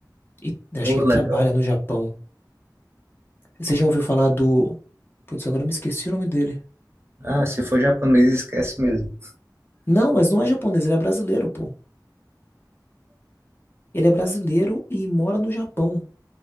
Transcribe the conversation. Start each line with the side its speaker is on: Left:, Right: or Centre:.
Left: E acho
Right: Ô,
Left: que ele
Right: legal.
Left: trabalha no Japão. Você já ouviu falar do. Putz, agora eu me esqueci o nome dele.
Right: Ah, se for japonês, esquece mesmo.
Left: Não, mas não é japonês, ele é brasileiro, pô. Ele é brasileiro e mora no Japão.